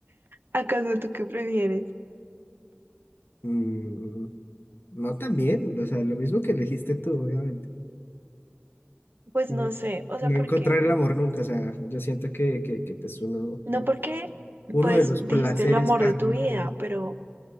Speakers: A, on the right (about 60°); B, on the left (about 70°).
A: ¿Acaso tú qué prefieres?
B: Mm, no también, o sea, lo mismo que elegiste tú, obviamente.
A: Pues
B: No,
A: no sé. O sea,
B: no
A: porque,
B: encontrar el amor nunca, o sea, yo siento que, que, que pues uno,
A: no
B: uno
A: porque,
B: uno
A: pues
B: de los
A: dijiste
B: placeres
A: el amor
B: carnales.
A: de tu vida, pero,